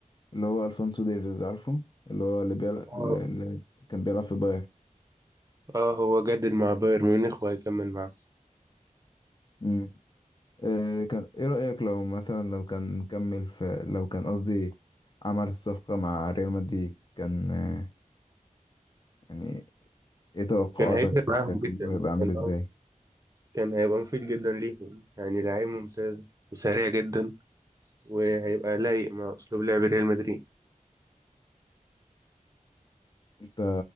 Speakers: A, on the left (about 35°); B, on the right (about 25°).
A: اللي هو الفونسو ديفيز عارفه اللي هو اللي بيلعب
B: اه
A: اللي كان بيلعب في بايرن
B: آه، هو جدد مع بايرن ميونخ وهيكمل معاه
A: امم آه، كان ايه رأيك لو مثلا لو كان كمل في لو كان قصدي عمل الصفقة مع ريال مدريد كان آه، يعني ايه توقعاتك
B: كان هيفرق معاهم
A: كان
B: جدا
A: هو هيبقى عامل
B: كان
A: ازاي
B: كان هيبقى مفيد جدا ليهم يعني لعيب ممتاز وسريع جدا وهيبقى لايق مع أسلوب لعب ريال مدريد
A: انت